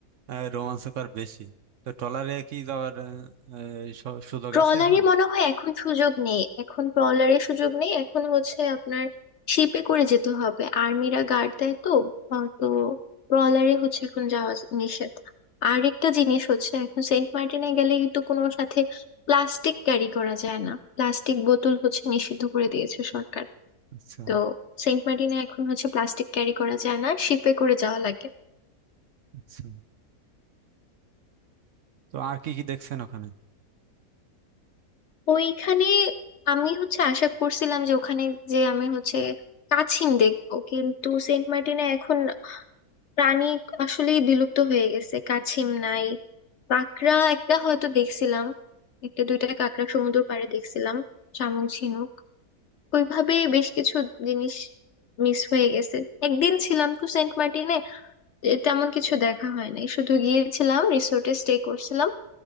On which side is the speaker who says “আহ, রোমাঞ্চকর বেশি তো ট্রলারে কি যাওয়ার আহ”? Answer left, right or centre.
Right